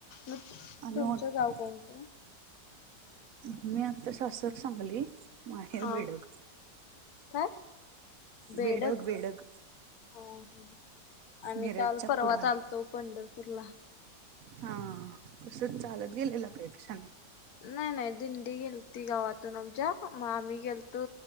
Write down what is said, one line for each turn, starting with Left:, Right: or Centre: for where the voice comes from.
Left: मग
Right: आणि
Left: तुमचं
Right: उट
Left: गाव कोणतं
Right: मी आता सासर सांगली माहेर
Left: हा
Right: बेडक.
Left: काय बेडक,
Right: बेडग बेडग
Left: आ हम, आम्ही
Right: मिरजच्या
Left: काल परवाच
Right: पुढं आहे
Left: आलतो. पंढरपूरला.
Right: हा, कसं चालत गेलेला, काय कशान?
Left: नाही नाही, दिंडी गेलती गावातून आमच्या म, आम्ही गेलतो